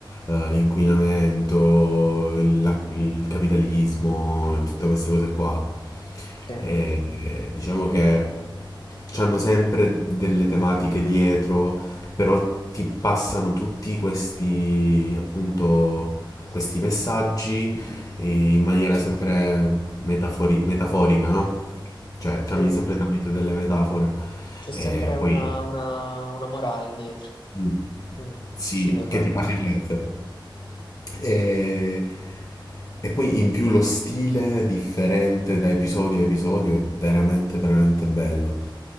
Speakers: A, on the left; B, on the left.
A: eh, l'inquinamento, il, la- il capitalismo, tutte queste cose qua.
B: sì,
A: E, eh, diciamo che hanno sempre delle tematiche dietro, però ti passano tutti questi, appunto, questi messaggi eh, in maniera sempre metafori- metaforica, no? Cioè,
B: sì,
A: tramite, sempre tramite delle metafore.
B: c'è sempre
A: E
B: una,
A: poi.
B: una- una morale dietro.
A: Mh.
B: Mm,
A: Sì,
B: sì, è vero.
A: che ti fa riflettere. E e poi in più lo stile differente da episodio a episodio è veramente, veramente bello.